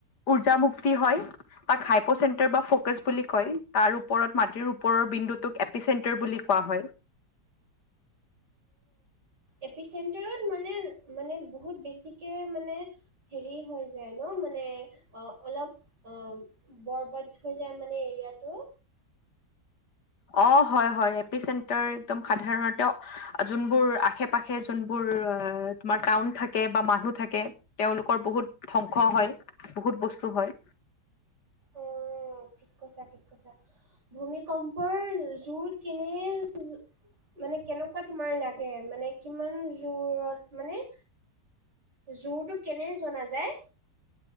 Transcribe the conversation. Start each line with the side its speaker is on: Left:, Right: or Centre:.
Left: উৰ্জা মুক্তি হয়। তাক হাইপ' চেন্টাৰ বা ফকাচ বুলি কয় তাৰ ওপৰত মাটিৰ ওপৰৰ বিন্দু টোক এপি চেণ্টাৰ বুলি কোৱা হয়
Right: এপি চেণ্টাৰত মানে মানে বহুত বেছিকে মানে হেৰি হৈ যায় ন মানে অ অলপ- অ বৰবাদ হৈ যায় মানে এৰিয়াাতটো।
Left: অ হয় হয় এপি চেণ্টাৰ একদম সাধাৰণতে যোনবোৰ আশে -পাশে যোনবোৰ তোমাৰ টাউন থাকে বা মানুহ থাকে। তেওঁলোকৰ বহুত ধ্বংস হয়। বহুত বস্তু হয়।
Right: উ ঠিক কৈছা ঠিক কৈছা। ভূমিকম্পৰ, জোৰ কিনে জো মানে কেনেকুৱা তোমাৰ লাগে মানে কিমান জোৰত মানে। জোৰটো কেনে জনা যায়।